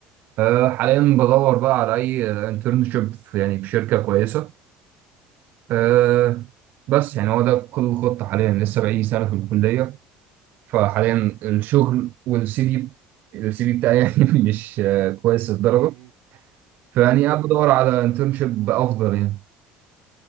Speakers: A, on the right; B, on the right.
A: أه حاليا بدور بقى على اي انترنشيب في يعني في شركة كويسة أه بس يعني هو ده كل الخطة حاليا لسه بقالي سنة في الكلية فحاليا الشغل والسي في السي في بتاعي يعني <laughs> مش آه، كويس الدرجة
B: مم.
A: فيعني
B: فاهمك
A: قاعد بدور
B: فاهم
A: على انترنشيب افضل يعني